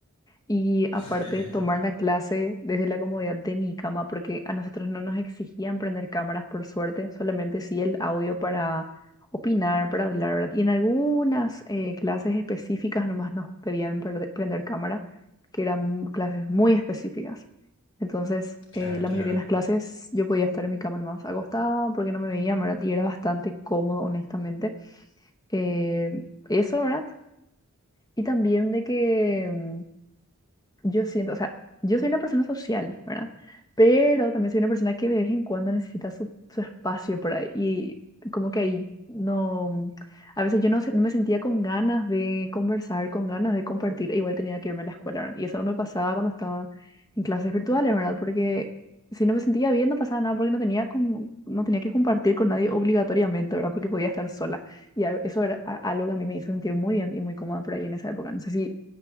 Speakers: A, on the left (about 15°); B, on the left (about 55°).
A: Y aparte,
B: <laughs>
A: tomar la clase desde la comodidad de mi cama, porque a nosotros no nos exigían prender cámaras, por suerte, solamente sí el audio para opinar, para hablar, ¿verdad? Y en algunas eh, clases específicas nomás nos pedían prende- prender cámara, que eran clases muy específicas. Entonces,
B: Claro,
A: eh, la
B: claro.
A: mayoría de las clases yo podía estar en mi cama más acostada porque no me veían, ¿verdad? Y era bastante cómodo, honestamente. Eh, eso, ¿verdad? Y también de que mm, yo siento, o sea, yo soy una persona social, ¿verdad? Pero también soy una persona que de vez en cuando necesita su, su espacio por ahí. Y como que ahí no, a veces yo no, se- no me sentía con ganas de conversar, con ganas de compartir, e igual tenía que irme a la escuela, ¿verdad? Y eso no me pasaba cuando estaba en clases virtuales, ¿verdad? Porque si no me sentía bien, no pasaba nada porque no tenía, como, no tenía que compartir con nadie obligatoriamente, ¿verdad? Porque podía estar sola. Y a- eso era a- algo que a mí me hizo sentir muy bien y muy cómoda por ahí en esa época. No sé si...